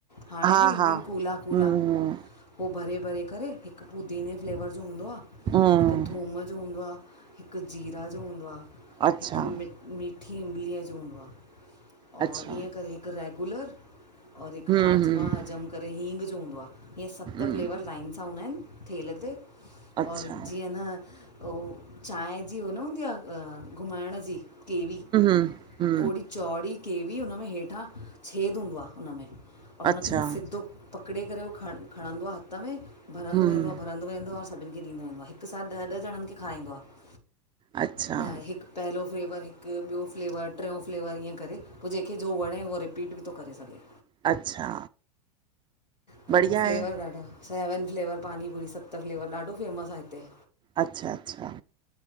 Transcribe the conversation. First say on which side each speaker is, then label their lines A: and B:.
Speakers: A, on the left; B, on the right.
A: हाणे
B: हा
A: बि ईंदियूं
B: हा
A: कूल्हा कूला।
B: हम्म
A: पोइ भरे, भरे करे हिकु पुदीने जे फ्लेवर जो हूंदो आह
B: हम्म
A: हिकु थूम जो हूंदो आह, हिकु जीरा जो हूंदो आह,
B: अच्छा
A: हिकु मि मीट मिठी इमलीअ जो हूंदो आह,
B: अच्छा
A: और ईअं करे हिकु रेगुलर और हिकु
B: हम्म
A: हाजमा
B: हम्म
A: हजम करे हींग जो हूंदो आह, ईअं सत
B: हम्म
A: फ्लेवर लाइन सां हूंदा आहिन थेल ते
B: अच्छा
A: और जीअं न ओ चांहि जी उ न हूंदी आह, घुमाइण जी केवी
B: हु हु।
A: ओड़ी चौड़ी केवी हुन में हेठां छेदि हूंदो आह हुनमें, और हुन
B: अच्छा,
A: खे ईीअं सिधो पकिड़े करे उहो ख खणंदो आह हथ में भरंदो
B: हम्म,
A: वेंदो आहे भ रंदो वेंदो आह सभिनि खे ॾींदो वेंदो आहे हिकु साथ ॾह ॾह जंनि खे खाईंदो आहे
B: अच्छा,
A: त हिकु पहिलो फ्लेवर हिकु ॿियो फ्लेवर, टियों फ़्लेवर ईअं करे पोइ जेंहिंखे जो वणे उहो रिपीट बि थो करे सघे।
B: अच्छा।
A: त
B: बढ़िया
A: उहो फ्लेवर
B: आहे,
A: ॾाढा सेवन फ्लेवर पानीपूरी सत फ्लेवर ॾाढो फेमस आह हिते।
B: अच्छा, अच्छा,